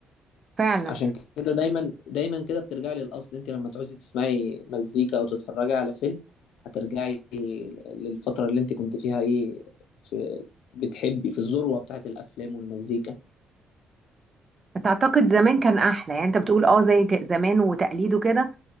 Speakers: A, on the right; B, on the left.
A: فعلا
B: عشان كده دايما دايما كده بترجعي للأصل انت لما تعوزي تسمعي مزيكا او تتفرجي على فيلم هترجعي للفترة اللي انت كنت فيها ايه في بتحبي في الذروة بتاعت الأفلام والمزيكا
A: تعتقد زمان كان احلى يعني انت بتقول اه زي ج- زمان وتقليد وكده